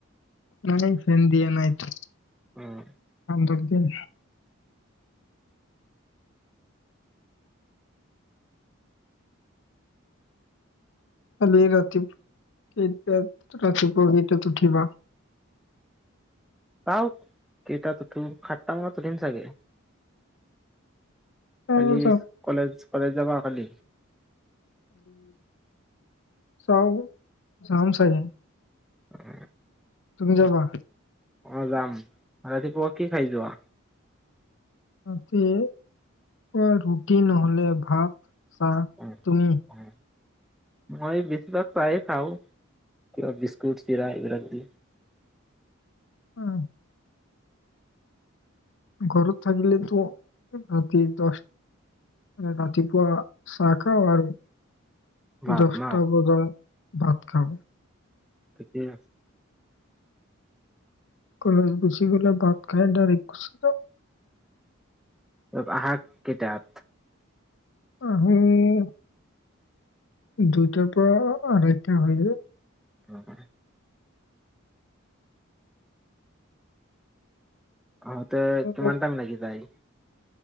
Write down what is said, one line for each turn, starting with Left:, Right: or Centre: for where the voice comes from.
Left: নাই ফেন দিয়া য নাইতো
Centre: উম
Left: দুৰ দিন কালি ৰাতিপুৱ কেইটাত ৰাতিপুৱা কেইটাত উঠিবা
Centre: কাওত কেইটাত উঠু, খাাট্টা মানত উঠিম চাগে
Left: তাৰপাছত
Centre: কালি কলেজ কলেজ যাবা কালি?
Left: চাও যাম চাইে
Centre: উ <unintelligible>
Left: তুমি যাবা
Centre: অ যাম ৰাতিপুৱা কি খাই যোৱা
Left: তাতে, পোৱা ৰুটি নহলে ভাত চ
Centre: অ',
Left: তুমি
Centre: অ'। মই বেছিভাগ ছাহেই খাওঁ কিবা বিস্কুট চিৰা এইবিলাক দিওঁ
Left: উম ঘৰত থাকিলেতো ৰাতি দছ ৰাতিপুৱা চাহ খাওঁ আৰু
Centre: ভাত
Left: দহটা
Centre: ন?
Left: বজাত ভাত খাওঁ
Centre: ঠিকেই
Left: কলেজ গুচি গলা ভাত খাই ডাৰেক গুছি য
Centre: অ আঁহা কেইটাত
Left: আহোঁ দুইটাৰ পৰা আৰু এটা হয় যে
Centre: <unintelligible> আহোঁতে
Left: আমি
Centre: কিমান
Left: তাত
Centre: টাইম লাগি যায়